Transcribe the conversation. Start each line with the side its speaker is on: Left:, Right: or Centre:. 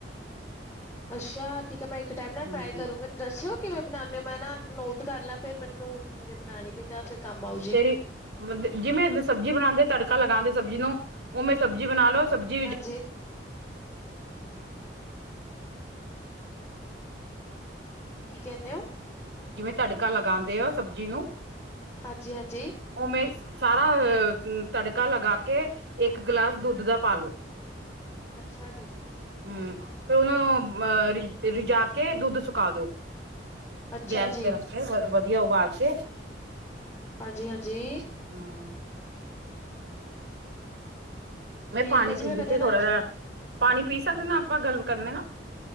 Left: ਅੱਛਾ, ਠੀਕ ਐ ਮੈਂ ਇੱਕ ਟਾਈਮ ਨਾ
Right: ਹੂੰ
Left: ਟਰਾਈ ਕਰੂ ਮੈਂ। ਦੱਸਿਓ ਕਿਵੇਂ ਬਣਾਨੇ ਓ ਮੈਂ ਨਾ ਨੋਟ ਕਰ ਲਾ ਫੇਰ ਮੈਨੂੰ ਕਦੇ ਬਣਾਣੀ ਪਈ ਤਾਂ ਫਿਰ ਕੰਮ ਆਉ ਜੀ।
Right: ਤੇਰੀ ਜਿਵੇਂ ਸਬਜ਼ੀ ਬਣਾਂਦੇ ਤੜਕਾ ਲਗਾਂਦੇ ਸਬਜ਼ੀ ਨੂੰ ਉਵੇਂ ਸਬਜ਼ੀ ਬਣਾਲੋ ਸਬਜ਼ੀ। ਵਿੱਚ
Left: ਜੀ। ਕੀ ਕਹਿੰਨੇ ਓ।
Right: ਜਿਵੇਂ ਤੜਕਾ ਲਗਾਂਦੇ ਆ ਸਬਜ਼ੀ ਨੂੰ।
Left: ਹਾਂਜੀ ਹਾਂਜੀ।
Right: ਉਵੇਂ ਸਾਰਾ ਤੜਕਾ ਲਗਾ ਕੇ ਇੱਕ ਗਲਾਸ ਦੁੱਧ ਦਾ ਪਾਲੋ।
Left: ਅੱਛਾ ਜੀ।
Right: ਹੂੰ, ਫਿਰ ਉਹਨੂੰ ਅਹ ਰਿਝਾ ਕੇ ਦੁੱਧ ਸੁਕਾ ਦੋ।
Left: ਅੱਛਾ
Right: ਗੈਸ
Left: ਜੀ,
Right: ਤੇ ਰੱਖੇ ਵ ਵਧੀਆ ਉਬਾਲ ਕੇ।
Left: ਹਾਂਜੀ ਹਾਂਜੀ।
Right: ਹਮ ਮੈਂ
Left: ਠੀਕ
Right: ਪਾਣੀ
Left: ਐ ਜੀ
Right: ਪੀਂਦੀ
Left: ਮੈਂ ਕਦੇ
Right: ਸੀ
Left: ਨਾ
Right: ਥੋੜ੍ਹਾ ਜਾ ਪਾਣੀ ਪੀ ਸਕਦੇ ਨਾ ਆਪਾਂ ਗੱਲ ਕਰਨੀ ਆ।